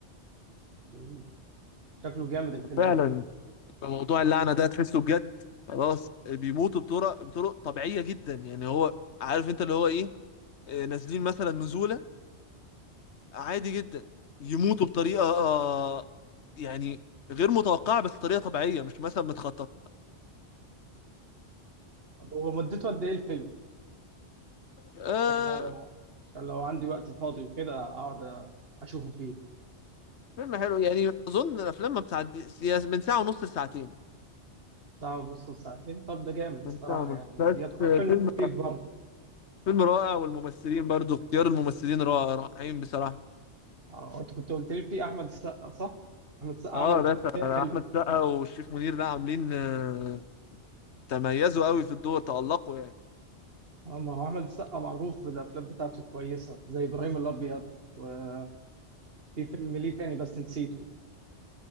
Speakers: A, on the right; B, on the left.
A: أوه. شكله جامد الفيلم
B: فعلا
A: ده
B: موضوع اللعنة ده تحسه بجد خلاص بيموتوا بطرق بطرق طبيعية جدا يعني هو عارف انت اللي هو ايه آه، نازلين مثلا نزولة عادي جدا يموتوا بطريقة آه، يعني غير متوقعة بس طريقة طبيعية مش مثلا متخططة
A: طب هو مدته قد إيه الفيلم؟
B: آه،
A: عشان لو عشان لو عندي وقت فاضي وكده أقعد أ- أشوفه فيه
B: فيلم حلو يعني اظن الافلام ما بتعديش من ساعه ونص لساعتين
A: ساعة ونص لساعتين طب ده جامد الصراحة
B: من ساعه ونص
A: يعني
B: بس
A: يعتبر فيلم
B: فيلم
A: خفيف برضه
B: فيلم رائع والممثلين برضو اختيار الممثلين رائع رائعين بصراحه
A: اه انت كنت قلت لي في أحمد السقا صح؟ أحمد السقا
B: اه
A: عمل أفلام
B: ده
A: كتير حلوة
B: احمد سقا والشريف منير لا عاملين آه، تميزوا قوي في الدور تألقوا يعني
A: اه ما هو أحمد السقا معروف بالأفلام بتاعته الكويسة زي إبراهيم الأبيض وفي فيلم ليه تاني بس نسيته